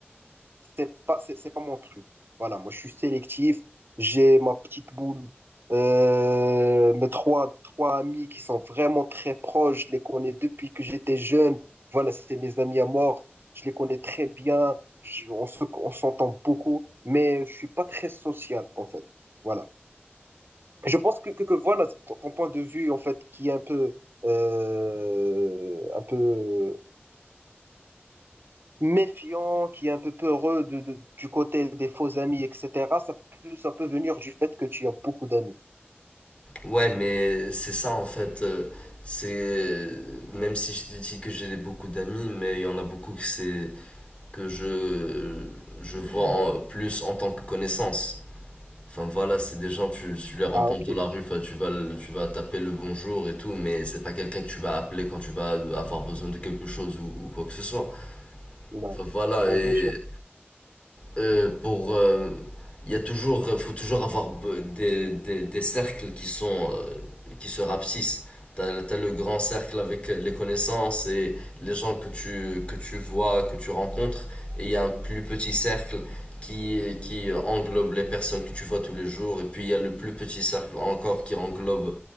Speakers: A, on the right (about 55°); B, on the left (about 25°).
A: c'est pas, c'est, c'est pas mon truc. Voilà, moi, je suis sélectif. J'ai ma petite boule. Euh, mes trois, trois amis qui sont vraiment très proches. Je les connais depuis que j'étais jeune. Voilà, c'est mes amis à mort. Je les connais très bien. Je- on se, on s'entend beaucoup. Mais je suis pas très social, en fait. Voilà. Je pense que, que, que voilà, ton, ton point de vue, en fait, qui est un peu, euh, un peu méfiant, qui est un peu peureux de, de- du côté des faux amis, etc., ça peut, ça peut venir du fait que tu as beaucoup d'amis.
B: Ouais, mais c'est ça en fait. euh, C'est même si je te dis que j'ai beaucoup d'amis, mais il y en a beaucoup que c'est que je je vois en- plus en tant que connaissance. Enfin voilà, c'est des gens tu, tu les rencontres
A: Ah, ok.
B: de la rue, enfin, tu vas le- tu vas taper le bonjour et tout, mais c'est pas quelqu'un que tu vas appeler quand tu vas avoir besoin de quelque chose ou, ou quoi que ce soit.
A: Ouais.
B: Enfin, voilà
A: Ouais,
B: et
A: bien sûr.
B: euh, pour euh, il y a toujours faut toujours avoir be- des, des, des cercles qui sont euh, qui se rapsissent t'as, t'as le grand cercle avec les connaissances et les gens que tu que tu vois que tu rencontres et il y a un plus petit cercle qui qui englobe les personnes que tu vois tous les jours et puis il y a le plus petit cercle encore qui englobe